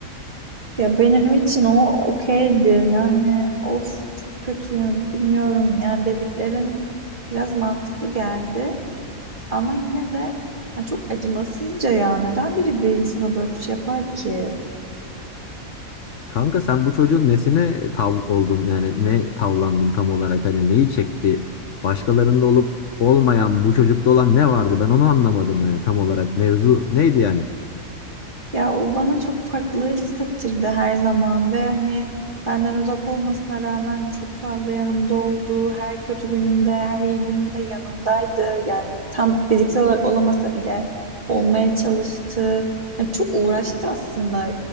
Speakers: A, on the right; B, on the left.
A: Ya benim için o okeydi yani of çok kötüyüm bilmiyorum yani dediklerin biraz mantıklı geldi. Ama yine de ha, çok acımasızca ya. Neden biri bir insana böyle bir şey yapar ki?
B: Kanka sen bu çocuğun nesine tav oldun? Yani ne tavlandın tam olarak? Hani neyi çekti? Başkalarında olup olmayan bu çocukta olan ne vardı? Ben onu anlamadım yani tam olarak. Mevzu neydi yani?
A: Ya o bana çok farklı hissettirdi her zaman ve hani benden uzak olmasına rağmen çok fazla yanımda oldu. Her kötü günümde, her iyi günümde yanımdaydı. Yani tam fiziksel olarak olamasa bile olmaya çalıştı. Ya çok uğraştı aslında.